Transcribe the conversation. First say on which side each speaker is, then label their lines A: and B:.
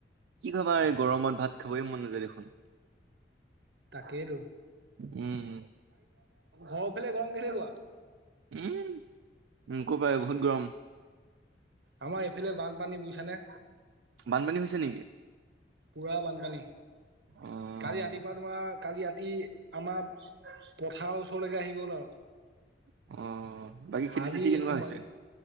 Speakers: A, on the right; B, on the right.
A: কি খাবা? এই গৰমত ভাত খাবই মন নাযায় দেখোন।
B: তাকেইটো।
A: উম,
B: ঘৰৰ ফালে গৰম কেনেকুৱা?
A: উম, উ, নকবাই বহুত গৰম।
B: আমাৰ এইফালে বানপানী বুজিছানে?
A: বানপানী হৈছে নেকি?
B: পুৰা বানপানী
A: অ',
B: কালি ৰাতিপুৱা, তোমাৰ কালি ৰাতি আমাৰ পথাৰৰ ওচৰলৈকে আহি গ'ল আৰু
A: অ, বাকী খেতি
B: আজি
A: চেতি কেনেকুৱা
B: সোমাই
A: হৈছে?